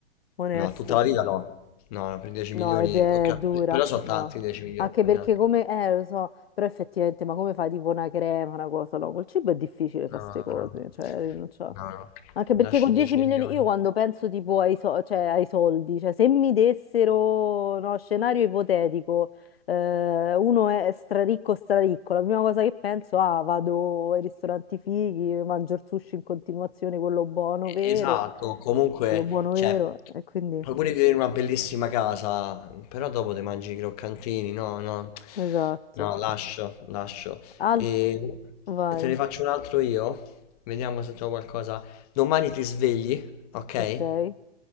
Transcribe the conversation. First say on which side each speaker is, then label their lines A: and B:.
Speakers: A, on the left; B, on the left.
A: onesto.
B: No, tutta la vita no. No, no, per 10
A: No,
B: milioni.
A: ed è
B: ok,
A: dura,
B: pe- però sono
A: no.
B: tanti 10 milioni.
A: Anche perché
B: eh.
A: come, eh, lo so, però effettivamente, ma come fai tipo una crema, una cosa? No, col cibo è difficile fare
B: No,
A: queste cose,
B: no,
A: cioè rinunciare.
B: no, no.
A: Anche
B: Lasci
A: perché con 10
B: 10 milioni.
A: milioni, io quando penso tipo ai, so- cioè, ai soldi, cioè se mi dessero, no, scenario ipotetico, eh, uno è straricco, straricco, la prima cosa che penso, ah, vado ai ristoranti fighi, mangio il sushi in continuazione, quello buono
B: E-
A: vero,
B: Esatto, comunque,
A: quello buono
B: cioè,
A: vero,
B: tu-
A: e quindi,
B: puoi pure vivere in una bellissima casa, però dopo te mangi i croccantini, no, no,
A: esatto.
B: no, lascio, lascio.
A: Altro.
B: E
A: Vai,
B: te ne faccio un altro io, vediamo se trovo qualcosa. Domani ti svegli, ok?
A: ok.